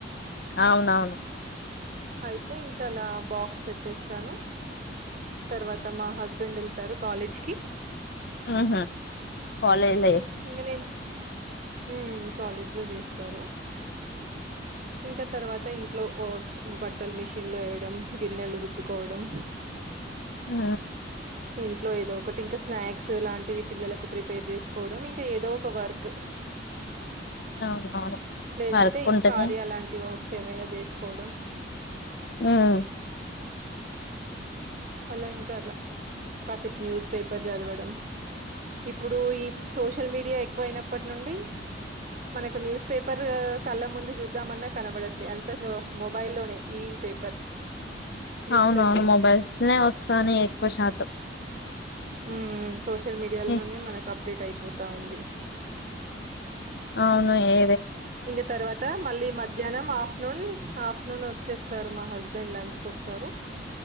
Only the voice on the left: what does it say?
అవునవును.
ఉమ్ హ్మ్ కాలేజ్ల
ఆ
అవునవును
వర్క్
ఉంటది
మ్మ్
అవునవును
మొబైల్స్నే వస్తన్నాయి ఎక్కువ శాతం
ఏ
అవును ఏ